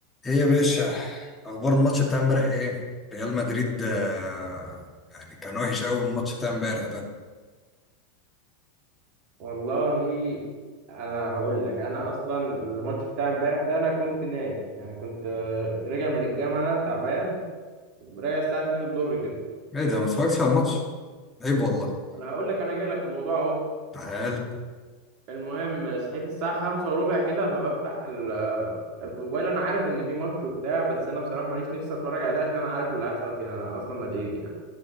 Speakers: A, on the left (about 15°); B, on the right (about 45°).
A: ايه يا باشا اخبار الماتش بتاع امبارح ايه ريال مدريد آه، يعني كان وحش قوي الماتش بتاع امبارح ده
B: والله انا هقول لك انا اصلا الماتش بتاع امبارح ده انا كنت نايم يعني كنت آه، راجع من الجامعه تعبان راجع الساعه 2 الظهر كده
A: ايه ده ما اتفرجتش على الماتش عيب والله
B: انا هقول لك انا جاي لك في الموضوع اهو
A: تعال
B: المهم صحيت الساعه 5 وربع كده فبفتح ال- آه، الموبايل انا عارف ان في ماتش وبتاع بس انا بصراحه ماليش نفسي اتفرج عليه عشان انا عارف اللي هيحصل فيه انا اصلا مدريدي يعني